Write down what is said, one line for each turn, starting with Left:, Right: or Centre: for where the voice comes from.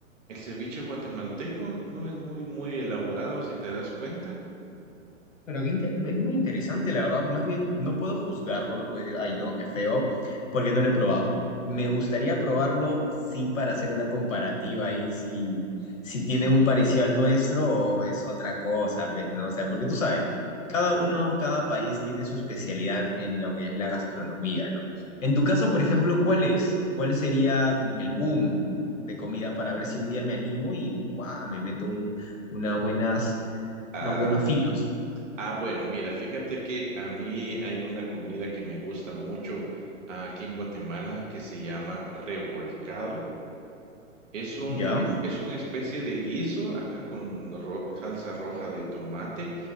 Right: el ceviche guatemalteco, no es muy, muy elaborado, si te das cuenta.
Left: Pero qué inte- es muy interesante, la verdad. Más bien, no puedo juzgarlo, no puedo decir, ay, no, qué feo, porque no lo he probado. Me gustaría probarlo, sí, para hacer una comparativa ahí, si, si tiene un parecido al nuestro o es otra cosa, pues, ¿no? O sea, porque tú sabes, ¿no? Cada uno, cada país tiene su especialidad en lo que es la gastronomía, ¿no? En tu caso, por ejemplo, ¿cuál es? ¿Cuál sería como que el boom de comida para ver si un día me animo y, ¡guau! me meto un- unas buenas,
Right: Ah,
Left: unos buenos filos,
Right: Ah, bueno, mira, fíjate que a mí hay una comida que me gusta mucho aquí en Guatemala que se llama revolcado. Es un,
Left: ¿ya?
Right: es una especie de guiso, ajá, con ro- salsa roja de tomate,